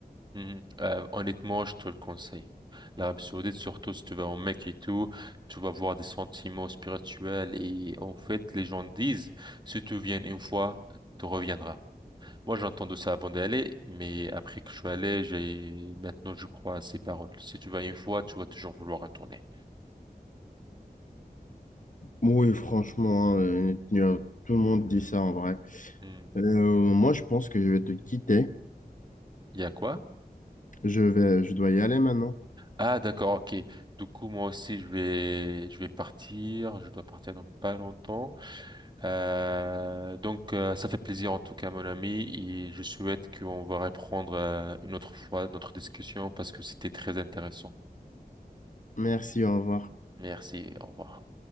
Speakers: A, on the right; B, on the left.
A: mhm. Euh, honnêtement, je te le conseille. L'Arabie Saoudite, surtout si tu vas en Mecque et tout, tu vas voir des sentiments spirituels et en fait, les gens disent, si tu viens une fois, tu reviendras. Moi, j'ai entendu ça avant d'aller, mais après que je suis allé, j'ai maintenant, je crois à ces paroles. Si tu vas une fois, tu vas toujours vouloir retourner.
B: Oui, franchement, hein, euh, il y a- tout le monde dit ça en vrai.
A: Hmm.
B: Euh, moi, je pense que je vais te quitter.
A: Il y a quoi?
B: Je vais, je dois y aller maintenant.
A: Ah, d'accord, ok. Du coup, moi aussi, je vais, je vais partir. Je dois partir dans pas longtemps. Euh, donc, euh, ça fait plaisir en tout cas, mon ami, et je souhaite qu'on va reprendre euh, une autre fois notre discussion parce que c'était très intéressant.
B: Merci, au revoir.
A: Merci, au revoir.